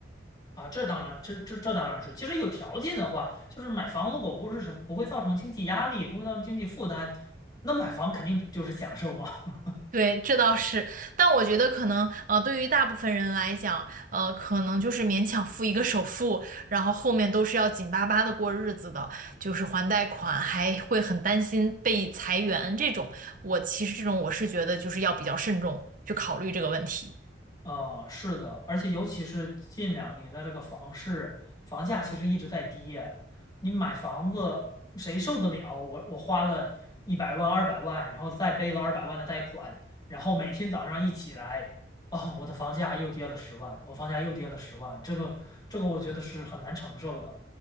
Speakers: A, on the left (about 20°); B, on the right (about 45°).
A: 啊，这当然，这这这当然是。其实有条件的话，就是买房如果不是什不会造成经济压力，不会造成经济负担，那买房肯定就是享受嘛。<laughs>
B: 对，这倒是，但我觉得可能，呃，对于大部分人来讲，呃，可能就是勉强付一个首付，然后后面都是要紧巴巴的过日子的，就是还贷款，还会很担心被裁员这种。我其实这种我是觉得就是要比较慎重去考虑这个问题。
A: 啊，是的，而且尤其是近两年的这个房市，房价其实一直在跌。你买房子谁受得了？我我花了一百万、二百万，然后再背了二百万的贷款，然后每天早上一起来，哦，我的房价又跌了十万，我房价又跌了十万，这个这个我觉得是很难承受的。